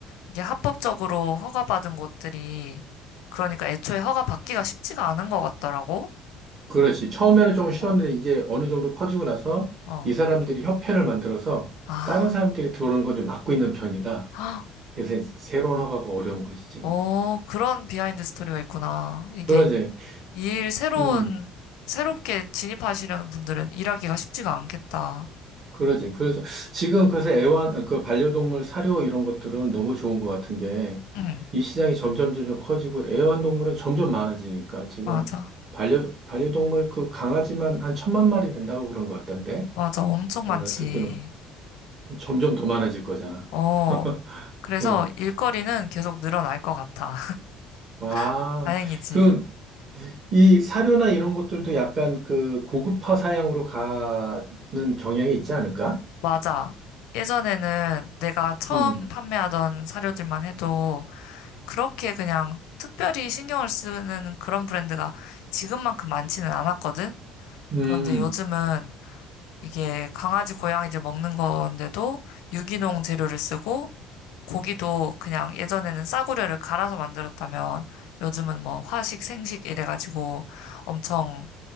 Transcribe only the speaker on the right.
그렇지. 처음에는 조금 쉬웠는데
이제 어느 정도 퍼지고 나서
이 사람들이 협회를 만들어서
다른 사람들이 들어오는 건 좀 막고 있는 편이다.
그래서 새로운 허가가 어려운 거지, 지금.
그러지.
음,
그러지. 그래서 지금 그래서 애완, 그 반려동물 사료 이런 것들은 너무 좋은 것 같은 게
이 시장이 점점 점점 커지고 애완동물은 점점 많아지니까 지금
반려, 반려동물 그 강아지만 한 천만 마리 된다고 그런 것 같던데.
어, 듣기로. 점점 더 많아질 거잖아.
<laughs>
응.
와,
그, 이 사료나 이런 것들도 약간 그 고급화 사양으로 가는 경향이 있지 않을까?
음,
음,